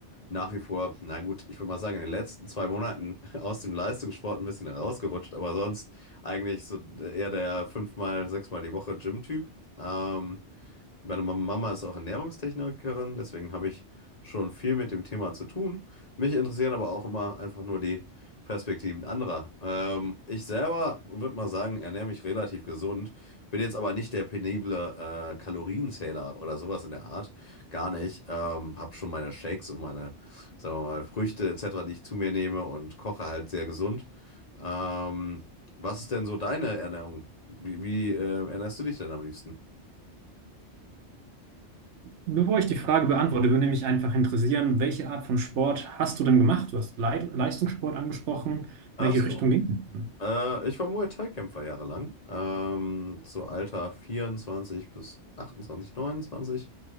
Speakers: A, on the left; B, on the right.
A: nach wie vor, na gut, ich würde mal sagen, in den letzten zwei Monaten <laughs> aus dem Leistungssport ein bisschen rausgerutscht, aber sonst eigentlich so eher der fünfmal, sechsmal die Woche Gym-Typ. Ähm, Meine Mama ist auch Ernährungstechnikerin, deswegen habe ich schon viel mit dem Thema zu tun. Mich interessieren aber auch immer einfach nur die Perspektiven anderer. Ähm, ich selber würde mal sagen, ernähre mich relativ gesund, bin jetzt aber nicht der penible äh, Kalorienzähler oder sowas in der Art. Gar nicht. Ähm, habe schon meine Shakes und meine, sagen wir mal, Früchte etc., die ich zu mir nehme und koche halt sehr gesund. Ähm, was ist denn so deine Ernährung? Wie, wie äh, ernährst du dich denn am liebsten?
B: Bevor ich die Frage beantworte, würde mich einfach interessieren, welche Art von Sport hast du denn gemacht? Du hast Leit- Leistungssport angesprochen.
A: Ach
B: Welche
A: so.
B: Richtung ging es denn?
A: Äh, ich war Muay Thai-Kämpfer jahrelang. Ähm, so Alter vierundzwanzig bis achtundzwanzig neunundzwanzig